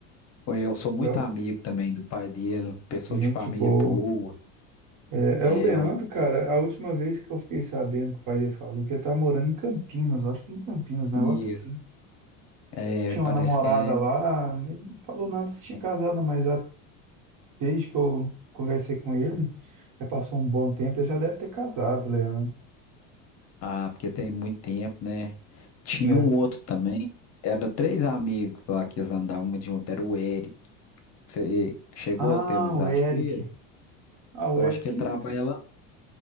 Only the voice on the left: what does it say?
É, Eu sou muito
amigo também do pai dele, pessoa
de família
boa.
É,
ué.
e
é,
parece
que é.
Ah, porque tem muito tempo, né? Tinha
um outro também, era três amigos lá que eles andavam muito junto, era o Eric. Você chegou
a ter amizade
com ele?
Eu
acho que trabalha, lá-